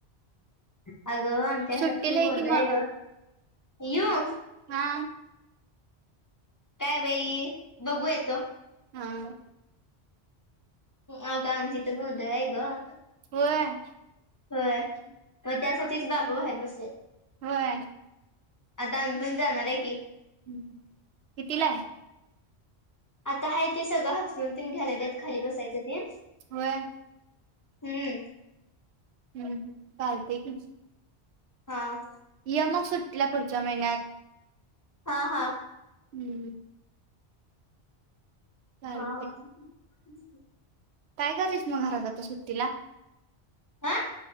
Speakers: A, on the left (about 25°); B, on the right (about 75°).
A: ह. अगं आमच्या
B: सुट्टीला
A: घरात शुभ
B: आहे की मग
A: <inaudible> इऊ.
B: हा.
A: काय बाई बघू येतो.
B: हा.
A: आगं आमच्या इथं गोधंळ हाय गं.
B: होय.
A: होय मग त्यासाठीच बाबा बाहेर बसलेत.
B: होय.
A: आता आम्ही पण जाणार आहं की.
B: हम्म कितीला आहं?
A: आता आहं ते सगळं हसरून. तेच घ्या लागल्यात खाली बसायचं तेण
B: होय.
A: हम्म.
B: हम् चालतयं की.
A: हा.
B: ये मग सुटीला पुढच्या महिन्यात.
A: हा हा.
B: हम्म. चालते.
A: हा हा. <unintelligible>
B: काय करतेस मग घरात आता सुट्टीला?
A: आह‌्.